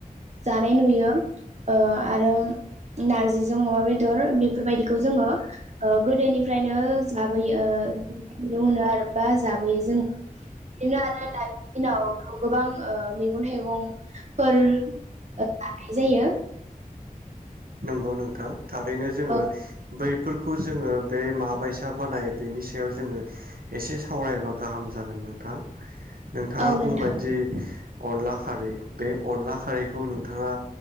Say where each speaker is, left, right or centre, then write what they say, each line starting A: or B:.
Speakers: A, on the right; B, on the right.
A: जानाय नुयो ओ आरो नारजिजों अमा बेदर बेफोरबायदिखौ जोङो ओ गोदोनिफ्रायनो जाबोयो ओ नुनो मोनो आरो। बा जाबोयो जों। बिदिनो आरो दानि दिनावथ गोबां ओ मैगं थाइगंफोर ओ जानाय जायो।
B: नंगौ नोंथां। थारैनो जोङो
A: औ
B: बै फोरखौ जोङो बे माबायसा बानायो बेनि सायाव जोङो एसे सावरायबा गाहाम जागोन नोंथां। नोंथाङा
A: औ नोंथां
B: बुंबायदि अनला खारै बे अनला खारैखौ नोंथाङा